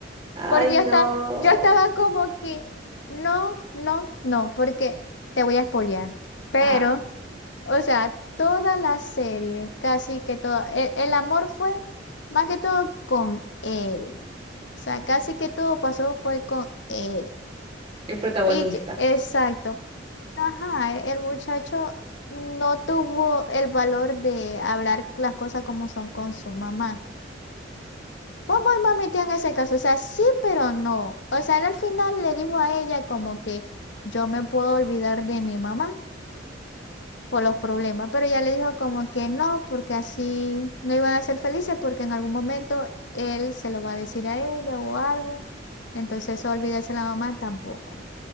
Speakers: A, on the right (about 30°); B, on the left (about 75°).
A: Ay,
B: Porque
A: no.
B: yo estaba, yo estaba como que, no, no, no, porque te voy a espolear. Pero,
A: Ajá,
B: o sea, toda la serie, casi que todo, e- el, amor fue más que todo con él. O sea, casi que todo pasó fue con él.
A: el protagonista.
B: Y, ye- exacto. Ajá, e- el muchacho no tuvo el valor de hablar las cosas como son con su mamá. Bobo y Mami Tía en ese caso, o sea, sí, pero no. O sea, él al final le dijo a ella como que yo me puedo olvidar de mi mamá por los problemas, pero ella le dijo como que no, porque así no iban a ser felices porque en algún momento él se lo va a decir a ella o algo. Entonces, eso olvidarse de la mamá tampoco.